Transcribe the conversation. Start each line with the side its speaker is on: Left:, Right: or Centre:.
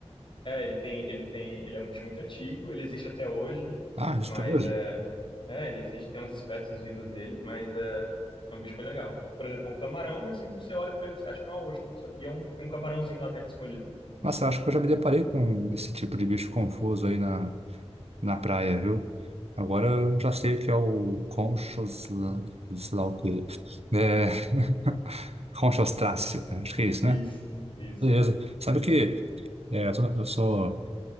Left: É, ele tem, ele tem, ele é um bicho muito antigo, ele existe até hoje,
Right: Ah, isso
Left: mas
Right: tem hoje?
Left: é, é, ele existe, tem umas espécies vivas dele, mas é, é um bicho bem legal. É, Por exemplo, um camarão, que assim que você olha para ele, você acha que é uma ostra, só que é um, tem um camarãozinho lá dentro escondido.
Right: Nossa, acho que eu já me deparei com esse tipo de bicho confuso aí na, na praia, viu? Agora eu já sei o que é o conchos... sei lá o quê. É... <laughs> Conchostráceo. Acho que é isso,
Left: <laughs> Isso,
Right: né?
Left: isso.
Right: Beleza. Sabe que é, eu sou eu sou